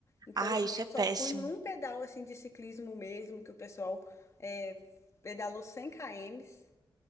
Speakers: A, on the left; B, on the right.
A: Então,
B: Ah,
A: assim,
B: isso
A: eu
B: é
A: só
B: péssimo.
A: fui num pedal assim de ciclismo mesmo, que o pessoal é, pedalou 100 km.